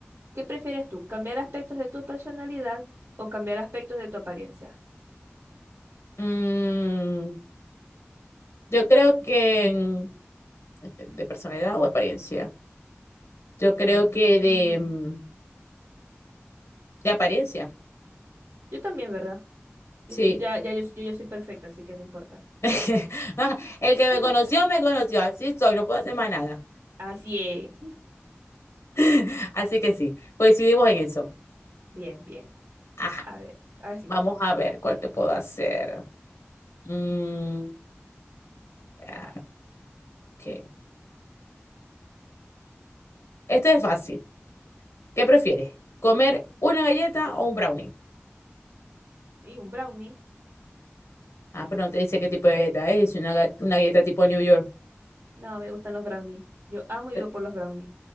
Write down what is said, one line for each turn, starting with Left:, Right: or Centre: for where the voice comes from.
Right: ¿qué prefieres tú? ¿Cambiar aspectos de tu personalidad o cambiar aspectos de tu apariencia?
Left: Mm, Yo creo que mm, de personalidad o apariencia. Yo creo
Right: Mm.
Left: que de, mm, de apariencia,
Right: Yo también, ¿verdad? Yo
Left: sí.
Right: siento- ya, ya, yo, yo ya soy perfecta, así que no importa.
Left: <laughs>
Right: <laughs>
Left: Ah, El que me conoció, me conoció. Así soy, no puedo hacer más nada.
Right: Así es.
Left: <laughs> Así que sí, coincidimos en eso.
Right: Bien, bien.
Left: Ajá,
Right: A ver, ahora sí.
Left: vamos a ver cuál te puedo hacer. Mm, ah, ok. Este es fácil. ¿Qué prefieres? ¿Comer una galleta o un brownie?
Right: Y un brownie.
Left: Ah, pero no te dice qué tipo de galleta es. Es Una, ga- una galleta tipo New York.
Right: No, me gustan los brownies. Yo amo y vivo
Left: eh,
Right: por los brownies.